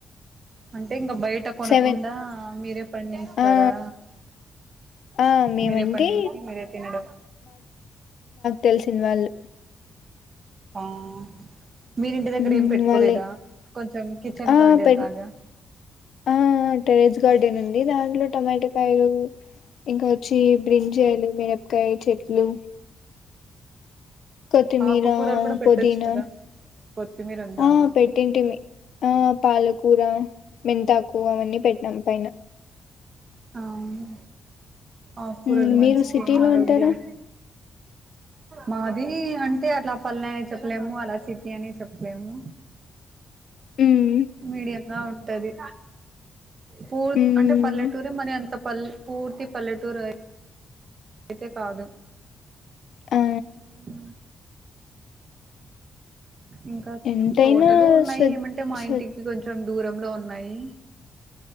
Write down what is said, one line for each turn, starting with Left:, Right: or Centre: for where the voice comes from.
Right: ఉ అంతే ఇంగా బయట కొనకుండా
Left: సెవెన్
Right: మీరే పండిస్తారా.
Left: ఆ ఆ మేమంటే
Right: మీరే పండించి మీరే తినడం.
Left: తెలిసిన్ వాళ్ళు
Right: ఆహ్ మీరింటి దగ్గర
Left: హ్మ్.
Right: ఏం పెట్టుకోలేదా.
Left: వాళ్ళే
Right: కొంచెం కిచెన్
Left: ఆ
Right: గార్డెన్
Left: పె
Right: లాగా
Left: ఆ టెరెస్ గార్డెన్ ఉంది. దాంట్లో టొమాటాకాయలు ఇంకా వచ్చి బ్రింజలు, మిరపకాయ చెట్ లు కొత్తిమీర,
Right: ఆకుకూరలు కూడా పెట్టొచ్చు
Left: పుదీనా
Right: కదా కొత్తిమీర ఉందా
Left: ఆ పెట్టింటిమీ ఆ పాలకూర, మెంతాకు అవన్నీ పెట్టినాం. పైన
Right: అవును ఆకురల్
Left: మ్మ్
Right: మంచికి
Left: మీరు సిటీలో
Right: ఆరోగ్యం
Left: ఉంటారా
Right: మాది అంటే. అలా పల్లె అని చెప్పలేము అలా సిటీ అని చెప్పలేము
Left: మ్మ్
Right: మీడియా ఆ ఉంటది పూ
Left: మ్మ్
Right: అంటే పల్లె తూరి మరి అంత పల్ పూర్తి పల్లెటూరయ్ అయితే కాదు
Left: ఆ
Right: ఉ ఇంకా
Left: ఎంతైనా
Right: తోటలు ఉన్నాయి
Left: స్వ
Right: ఏమంటే మా
Left: స్వ
Right: ఇంటికి కొంచెం దూరంలో ఉన్నాయి